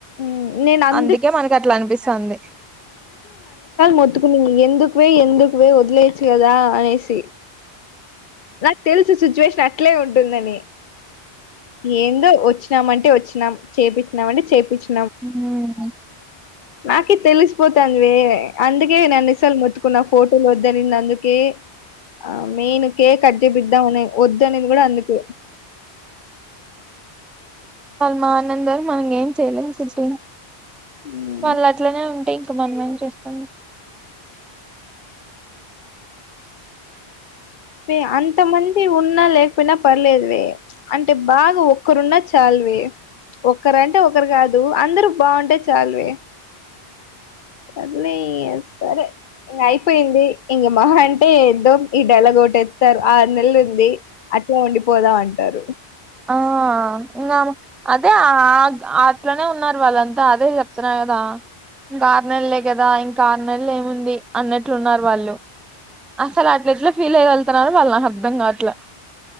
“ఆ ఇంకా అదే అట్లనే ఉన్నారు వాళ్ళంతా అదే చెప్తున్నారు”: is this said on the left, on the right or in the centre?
Centre